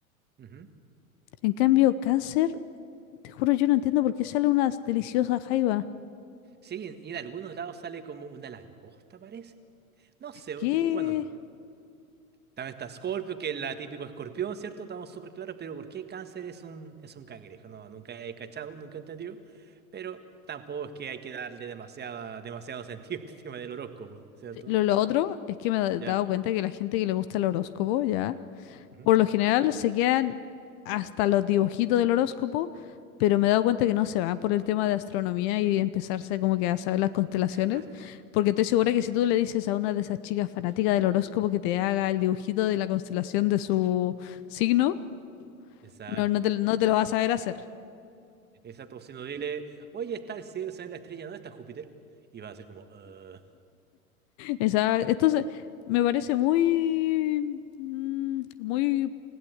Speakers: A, on the right (about 25°); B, on the left (about 45°).
A: ujú.
B: En cambio, Cáncer, te juro, yo no entiendo por qué sale una deliciosa jaiba.
A: Sí, en- y en algunos lados sale como una langosta, parece. No sé,
B: ¿Qué?
A: bueno, también está Scorpio, que es la típico escorpión, ¿cierto? Estamos súper claros, pero ¿por qué cáncer es un, es un cangrejo? No, nunca he cachado, nunca he entendido, pero tampoco es que hay que darle demasiada, demasiado sentido <laughs> al tema del horóscopo, ¿cierto?
B: Sí, Lo, lo otro es que me he
A: ¿Ya?
B: dado cuenta que la gente que le gusta el horóscopo, ya,
A: Ujú.
B: por lo general se quedan hasta los dibujitos del horóscopo, pero me he dado cuenta que no se van por el tema de astronomía y empezarse como que a saber las constelaciones,
A: Ah,
B: porque estoy segura que si tú le dices a una de esas chicas fanáticas del horóscopo que te haga el dibujito de la constelación de su signo,
A: exacto.
B: no, no te, no te lo vas a saber hacer.
A: Exacto, si no dile, oye, está el cielo, se ve la estrella, ¿no está Júpiter? Y va a ser como, eh,
B: Esa, entonces, me parece muy, mm, muy,